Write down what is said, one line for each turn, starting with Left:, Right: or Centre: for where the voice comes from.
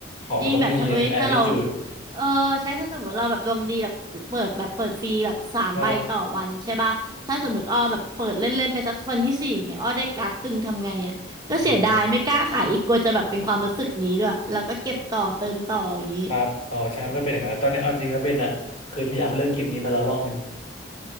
Left: ของมันต้องมี
Right: ยิ่งแบบถ้าเอ้ยถ้าเรา
Left: attitude
Right: เออใช่ถ้าสมมติเราแบบดวงดีแบบเปิดแบบเปิดฟรีแบบสามใบต่อวันใช่ป่ะถ้าสมมติอ้อแบบเปิดเล่นๆไปสักวันที่สี่อย่างเงี้ยอ้อได้การ์ดตึงทำไงอ่ะก็เสียดายไม่กล้าขายอีกกลัวจะแบบเป็นความรู้สึกนี้ด้วยแล้วก็เก็บต่อเติมต่ออย่างงี้
Left: ครับเออ ครับอ๋อใช่มันก็เป็นอย่างนั้นตอนนี้เอาจริงนะเบนอะเคยพยายามเลิกเกมนี้มาแล้วรอบหนึ่ง